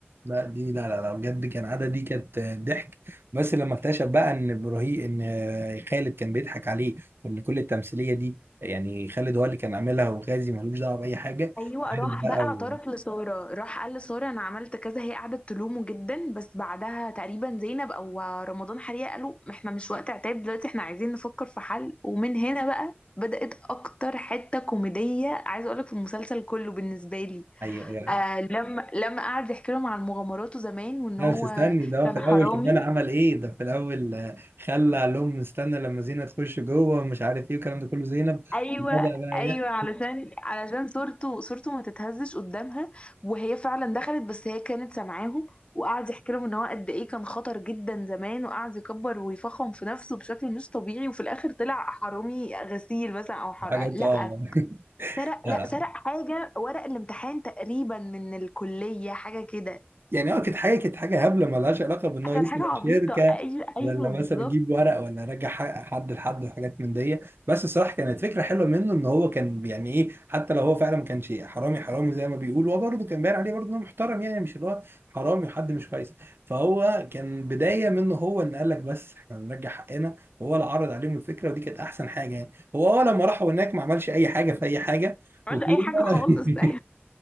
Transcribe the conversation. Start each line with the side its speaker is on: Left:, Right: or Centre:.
Right: لا دي لا لا لا بجد كان عادة دي كانت آه، ضحك بس لما اكتشف بقى ان ابراهيم ان آه، خالد كان بيضحك عليه وان كل التمثيليه دي يعني خالد هو اللي كان عاملها وغازي ملوش دعوه باي حاجه
Left: ايوه
Right: خالد
Left: راح
Right: بقى
Left: بقى اعترف
Right: و...
Left: لساره راح قال لساره انا عملت كذا هي قعدت تلومه جدا بس بعدها تقريبا زينب او رمضان حريقه قالوا احنا مش وقت عتاب دلوقتي احنا عايزين نفكر في حل ومن هنا بقى بدأت اكتر حته كوميديه عايزه اقولك في المسلسل كله بالنسبه لي
Right: ايوه أيوه، أيوه.
Left: آه لما لما قعد يحكي لهم عن مغامراته زمان وان
Right: لا
Left: هو
Right: بس استني ده هو
Left: كان
Right: في الاول
Left: حرامي
Right: كمان عمل ايه ده في الاول آه، خلى قال لهم استنى لما زينة تخش جوه ومش عارف ايه والكلام ده كله زينب
Left: ايوه
Right: وبدأ بقى
Left: ايوه
Right: يحكي
Left: علشان علشان صورته صورته ما تتهزش قدامها وهي فعلا دخلت بس هي كانت سامعاهم وقعد يحكي لهم ان هو قد ايه كان خطر جدا زمان وقعد يكبر ويفخم في نفسه بشكل مش طبيعي وفي الاخر طلع حرامي غسيل مثلا او حرق
Right: حاجات
Left: لا
Right: اه <laughs>
Left: سرق
Right: لا
Left: لا
Right: لا
Left: سرق حاجه ورق الامتحان تقريبا من الكليه حاجه كده
Right: يعني اه كانت حاجه كانت حاجه هبله مالهاش علاقه بان هو
Left: كانت
Right: يسند
Left: حاجه عبيطه
Right: شركه
Left: ايوه ايوه
Right: ولا
Left: بالظبط
Right: مثلا يجيب ورق ولا يرجع حق- حد لحد وحاجات من دي بس الصراحه كانت فكره حلوه منه ان هو كان يعني ايه حتى لو هو فعلا ما كانش حرامي حرامي زي ما بيقول هو برضه كان باين عليه برضه انه محترم يعني مش اللي هو حرامي وحد مش كويس فهو كان بدايه منه هو ان قال لك بس احنا هنرجع حقنا وهو اللي عرض عليهم الفكره ودي كانت احسن حاجه يعني هو اه لما راحوا هناك ما عملش اي حاجه في اي حاجه
Left: ما
Right: وكده
Left: عملش اي حاجه
Right: <laughs>
Left: خالص <laughs>